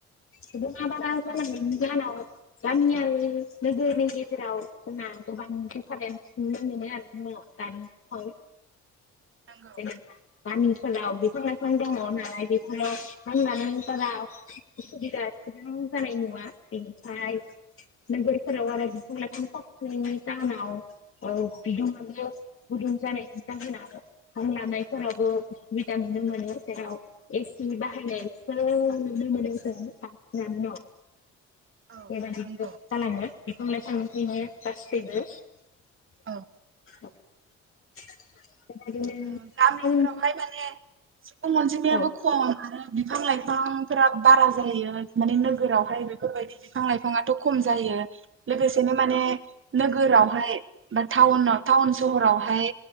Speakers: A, on the left; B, on the right.
A: बिदुङा बारा जालांनायनि
B: औ
A: जाउनाव गामियारि नोगोरनि गेजेराव जोंना गोबां दिफारेन्स नुनो मोनो आरो न' दानि औ
B: नंगौ
A: ए। गामिफोराव बिफां लाइफां <unintelligible> जेराव एसि बाहायनायसो नुनो मोनो जों बांसिनानो न'।
B: औ
A: बेबादि
B: नंगौ
A: जालाङो बेखौ <unintelligible> <unintelligible>
B: औ
A: <inaudible>
B: उम गामिफोरावहाय
A: टाउन
B: माने सुबुं अनजिमायाबो
A: औ
B: खम आरो बिफां लाइ फांफोरा बारा जायो माने नोगोरावहाय बेफोरबायदि बिफां लाइफाङाथ' खम जायो। लोगोसेनो माने नोगोरावहाय बा टाउन टाउन सहरावहाय